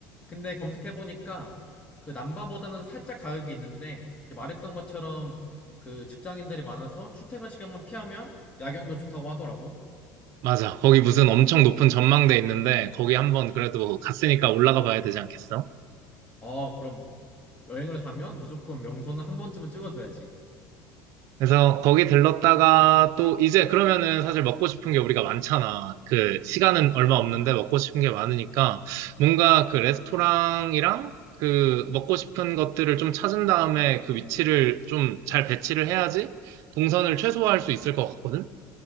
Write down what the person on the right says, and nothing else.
맞아. 거기 무슨 엄청 높은 전망대 있는데, 거기 한번 그래도 갔으니까 올라가 봐야 되지 않겠어?
그래서 거기 들렀다가 또 이제 그러면은 사실 먹고 싶은 게 우리가 많잖아. 그 시간은 얼마 없는데 먹고 싶은 게 많으니까 뭔가 그 레스토랑이랑 그 먹고 싶은 것들을 좀 찾은 다음에 그 위치를 좀 잘 배치를 해야지 동선을 최소화할 수 있을 것 같거든?